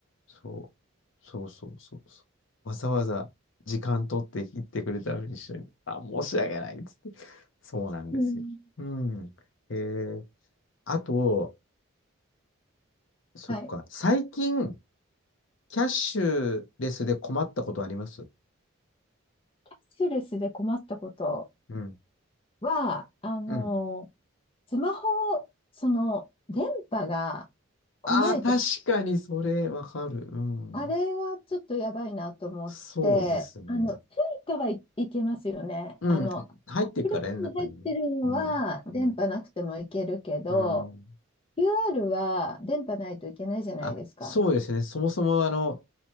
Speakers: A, on the left (about 65°); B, on the left (about 25°).
A: そう、そうそうそうそう。わざわざ時間取って行ってくれたのに一緒に、あ、申し訳ない、っつって。そうなんですよ。
B: うん、
A: うん。えー、あと、そっか、
B: はい。
A: 最近、キャッシュレスで困ったことあります
B: スキルスで困ったこと
A: うん。
B: は、あの、
A: うん。
B: スマホ、その、電波が来ないと、
A: ああ、確かにそれわかる。うん。
B: あれはちょっとやばいなと思って、
A: そうですね。
B: あの、スイカはいいけますよね。
A: うん。
B: あの、
A: 入ってっからね、
B: Apple Pay
A: 中にね。
B: に入ってるのは、
A: うん。
B: 電波なくてもいけるけど、
A: うん。うん。
B: QR は電波ないといけないじゃないですか。
A: あ、そうですね。そもそもあの、